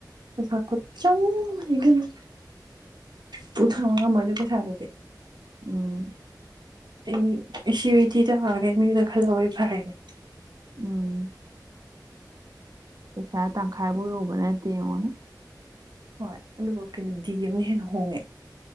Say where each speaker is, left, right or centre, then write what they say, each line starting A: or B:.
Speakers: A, on the right; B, on the right.
A: ꯄꯩꯁꯥ ꯈꯨꯆꯪ ꯑꯃꯅꯤ ꯏꯕꯦꯝꯃꯥ ꯄꯨ ꯊꯥꯡ ꯉꯝꯃꯣꯢꯗ ꯄꯩꯁꯥꯗꯨꯗꯤ
B: ꯎꯝ
A: ꯑꯩ ꯁꯤ ꯎ ꯇꯤ ꯊꯔꯦ ꯃꯤꯗ ꯈꯜꯍꯛꯋꯦ ꯐꯔꯦꯅꯦ
B: ꯎꯝ ꯄꯩꯁ ꯇꯪꯈꯥꯏꯕꯨ ꯌꯧꯕ ꯅꯠꯇꯦ ꯌꯦꯡꯉꯣꯅꯦ
A: ꯍꯣꯏ ꯑꯗꯨꯕꯨ ꯀꯩꯅꯣ ꯗꯤ ꯑꯦꯝꯅ ꯍꯦꯟꯅ ꯍꯣꯡꯉꯦ